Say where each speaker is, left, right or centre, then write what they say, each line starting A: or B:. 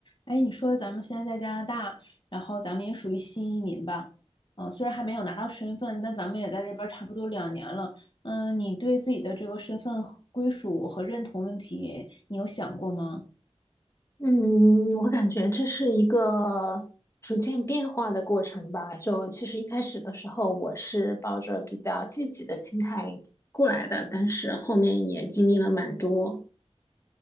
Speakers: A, on the left; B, on the left.
A: 哎，你说咱们现在在加拿大，然后咱们也属于新移民吧？嗯，虽然还没有拿到身份，但咱们也在这边儿差不多两年了。嗯，你对自己的这个身份和归属和认同问题，你有想过吗？
B: 嗯，我感觉这是一个逐渐变化的过程吧。就其实一开始的时候，我是抱着比较积极的心态过来的，但是后面也经历了蛮多。